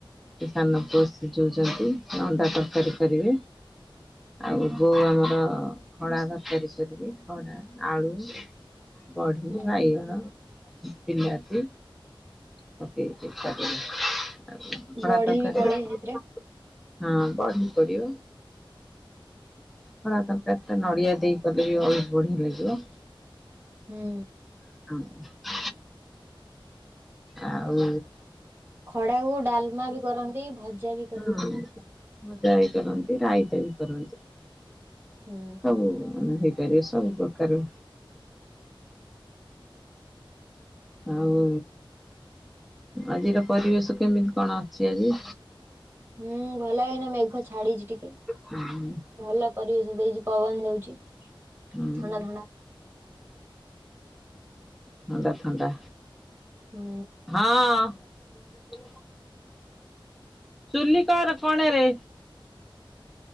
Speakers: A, in the centre; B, on the right.
A: କି ସାନ ପୁଅ ଶିଝେଉଛନ୍ତି ଅଣ୍ଡା ତରକାରୀ କରିବେ। ଆଉ ବୋଉ ଆମର ଖଡା ତରକାରୀ କରିବେ। ଖଡା ଆଳୁ, ବଢି,
B: ହୁଁ
A: ବାଇଗଣ ବିଲାତି ପକେଇକି କରିବେ। ଖଡା
B: ବଢି
A: ତରକାରୀରେ
B: ବି ପଡେ ସେଥିରେ
A: ହଁ ବଢି ପଡିବ। ଖଡା ତରକାରୀ ଟା ନଡିଆ ଦେଇ କଲେ ବି ବହୁତ ବଢିଆ ଲାଗିବ।
B: ହୁଁ।
A: ହଁ। ଆଉ
B: ଖଡାକୁ ଡାଲମା ବି କରନ୍ତି ଭଜା ବି କରନ୍ତି।
A: ହୁଁ ଭଜା ବି କରନ୍ତି, ରାଇତା ବି କରନ୍ତି।
B: ହୁଁ।
A: ହୁଁ ହେଇପାରିବ ସବୁ ପ୍ରକାର ବି। ଆଉ ଆଜିର ପରିବେଶ କେମିତି କଣ ଅଛି ଆଜି?
B: ହୁଁ ଭଲ ଏଇନା ମେଘ ଛାଡ଼ିଛି ଟିକେ।
A: ହୁଁ
B: ଭଲ ପରିବେଶ ଦେଇଛି ପବନ ଦଉଛି
A: ହୁଁ
B: ଥଣ୍ଡା ଥଣ୍ଡା।
A: ଥଣ୍ଡା ଥଣ୍ଡା।
B: ହୁଁ।
A: ହଁ, ଚୁଲି କର କଣରେ।